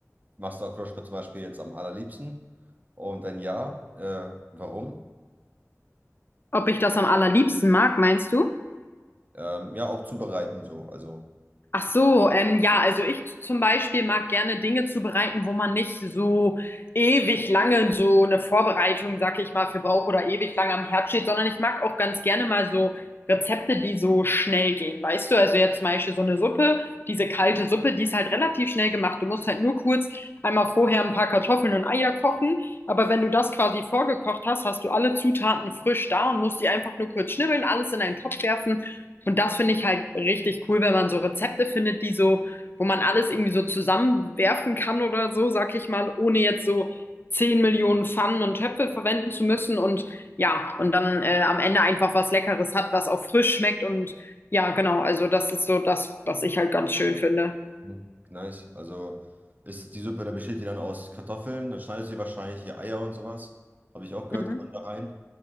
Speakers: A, on the right; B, on the left.
A: machst du Akroschka zum Beispiel jetzt am allerliebsten? Und wenn ja, äh, warum?
B: Ob ich das am allerliebsten mag, meinst du?
A: Ähm, ja, auch zubereiten so, also.
B: Ach so, ähm, ja, also ich zum Beispiel mag gerne Dinge zubereiten, wo man nicht so ewig lange so eine Vorbereitung, sag ich mal, für braucht oder ewig lange am Herd steht, sondern ich mag auch ganz gerne mal so Rezepte, die so schnell gehen, weißt du? Also jetzt zum Beispiel so eine Suppe, diese kalte Suppe, die ist halt relativ schnell gemacht. Du musst halt nur kurz einmal vorher ein paar Kartoffeln und Eier kochen, aber wenn du das quasi vorgekocht hast, hast du alle Zutaten frisch da und musst die einfach nur kurz schnibbeln, alles in einen Topf werfen. Und das finde ich halt richtig cool, wenn man so Rezepte findet, die so, wo man alles irgendwie so zusammenwerfen kann oder so, sag ich mal, ohne jetzt so 10 Millionen Pfannen und Töpfe verwenden zu müssen und ja, und dann äh, am Ende einfach was Leckeres hat, was auch frisch schmeckt und ja, genau, also das ist so das, was ich halt ganz schön finde.
A: Mhm. Nice. Also ist die Suppe, da besteht die dann aus Kartoffeln, dann schneidest du dir wahrscheinlich die Eier und sowas. Habe ich auch gehört,
B: Mhm.
A: kann da rein.